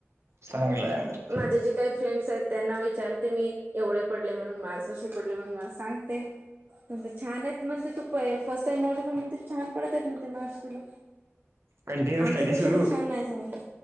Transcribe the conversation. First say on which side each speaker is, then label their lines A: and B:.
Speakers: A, on the right; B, on the right.
A: चांगलंय मग
B: माझे जे काही फ्रेंड्स आहेत, त्यांना विचारते मी एवढे पडले म्हणून माणस असे पडले म्हणून मला सांगते. ते छान आहेत म्हणते ते तू प फर्स्ट टाईम नवली पण म्हण ते छान पडत आहेत म्हण ते मार्स तुला
A: कंटिन्यू
B: आमच्यापेक्षा
A: स्टडी सुरू
B: तर छान नाहीच म्हणते